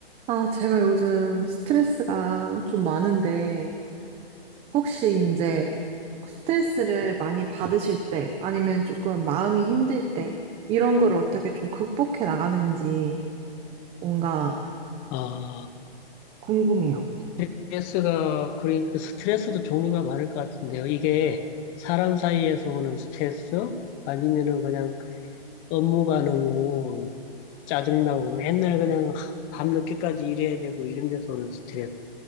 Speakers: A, on the right (about 20°); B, on the left (about 25°).
A: 아, 제가 요즘 스트레스가 좀 많은데, 혹시 이제 스트레스를 많이 받으실 때, 아니면 조금 마음이 힘들 때, 이런 걸 어떻게 좀 극복해 나가는지 뭔가
B: 아,
A: 궁금해요.
B: 스트레스가, 그러니까 스트레스도 종류가 많을 것 같은데요. 이게 사람 사이에서 오는 스트레스? 아니면은 그냥 업무가 너무 짜증나고 맨날 그냥 밤늦게까지 일해야 되고 이런 데서 오는 스트레스?